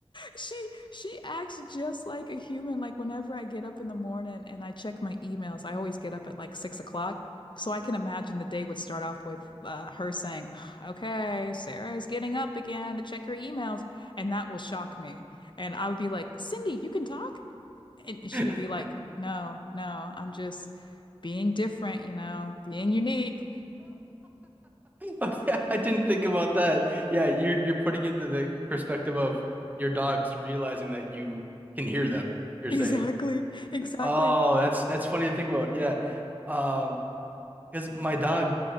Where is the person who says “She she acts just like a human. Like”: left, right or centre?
Left